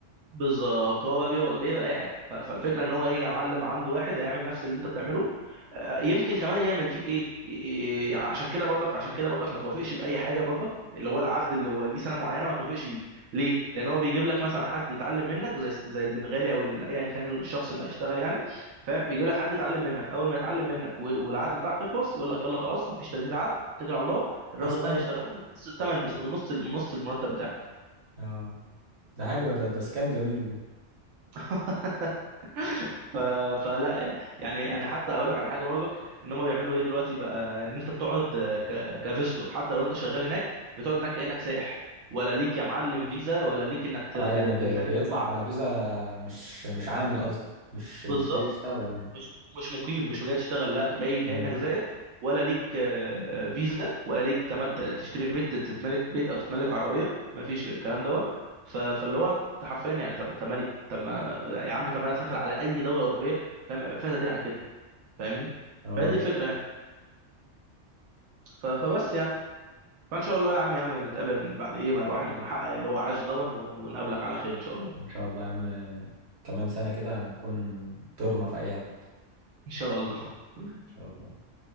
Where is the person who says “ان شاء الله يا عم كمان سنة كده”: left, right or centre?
Right